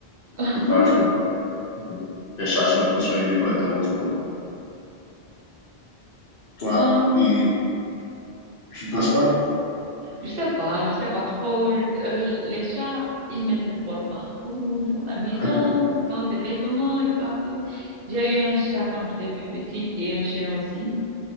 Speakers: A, on the right; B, on the left.
A: <laughs>
B: toute la journée. Mhm. Les chats sont, ils sont indépendants, autonomes. Toi,
A: Hum,
B: et tu ne penses pas?
A: je sais pas, je sais pas trop. Euh, les chats, ils mettent le poil partout, dans la maison,
B: <laughs>
A: dans tes vêtements et partout. J'ai eu un chat quand j'étais plus petite et un chien aussi,